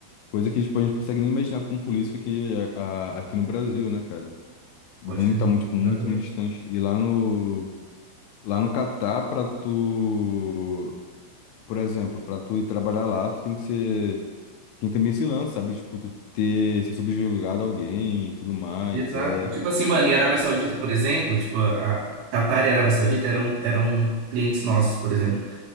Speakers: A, on the left; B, on the right.
A: Coisa que, tipo, a gente consegue nem imaginar como política aqui, a- a- aqui no Brasil, né, cara? Muito,
B: pode crer.
A: tá muito, tipo, muito,
B: Exatamente.
A: muito distante. E lá no, lá no Catar, pra tu, por exemplo, pra tu ir trabalhar lá, tu tem que ser, tem também esse lance, sabe? Tipo, tu ter, ser subjugado a alguém e tudo mais,
B: Exato.
A: é...
B: Tipo assim, mano, e Arábia Saudita, por exemplo, tipo, a a Catar e a Arábia Saudita eram, eram clientes nossos, por exemplo.